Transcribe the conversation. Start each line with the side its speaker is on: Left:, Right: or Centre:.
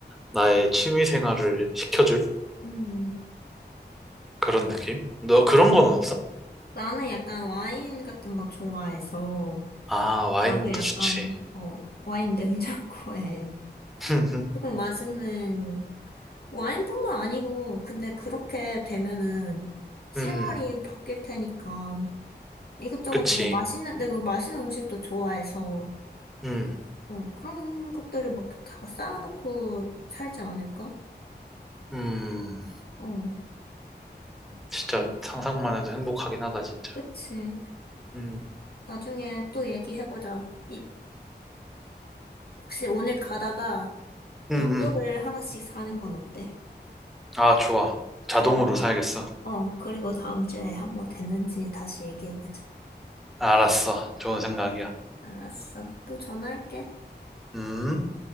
Centre: 나의 취미 생활을 시켜줄
Left: 음.
Centre: 그런 느낌? 너 그런 거는 없어?
Left: 나는 약간 와인 같은 거 좋아해서,
Centre: 아, 와인도
Left: 나도 약간,
Centre: 좋지.
Left: 어, 와인 <laughs> 냉장고에
Centre: <laughs>
Left: 조금 맛있는, 와인뿐만 아니고, 근데 그렇게 되면은 생활이
Centre: 음, 음.
Left: 바뀔 테니까, 이것저것
Centre: 그치.
Left: 내가 맛있는, 내가 맛있는 음식도 좋아해서,
Centre: 음,
Left: 어, 그런 것들을 막 다 쌓아놓고 살지 않을까?
Centre: 음,
Left: 어,
Centre: 진짜
Left: 그럼.
Centre: 상상만 해도 행복하긴 하다, 진짜.
Left: 그치.
Centre: 음,
Left: 나중에 또 얘기해보자. 이- 혹시 오늘 가다가 로또를
Centre: 음, 음.
Left: 하나씩 사는 건 어때?
Centre: 아, 좋아. 자동으로
Left: 그리고,
Centre: 사야겠어.
Left: 어, 그리고 다음 주에 한번 됐는지 다시 얘기해보자.
Centre: 알았어. 좋은 생각이야.
Left: 알았어. 또 전화할게.
Centre: 음. 음.